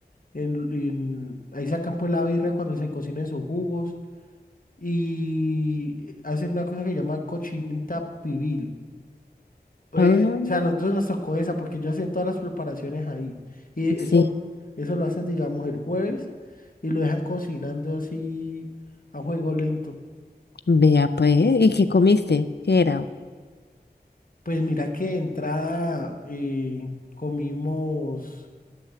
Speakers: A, on the left (about 55°); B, on the left (about 80°).
A: en, en- ahí sacan pues la birra cuando se cocinen sus jugos y hacen una cosa que se llama cochinita pibil. Oye,
B: Ah,
A: o sea, a nosotros nos tocó esa porque yo hacen todas las preparaciones ahí y
B: sí.
A: eso, eso lo hacen, digamos, el jueves y lo dejan cocinando así a fuego lento.
B: Vea, pues. ¿Y qué comiste? ¿Qué era?
A: Pues mira que de entrada eh, comimos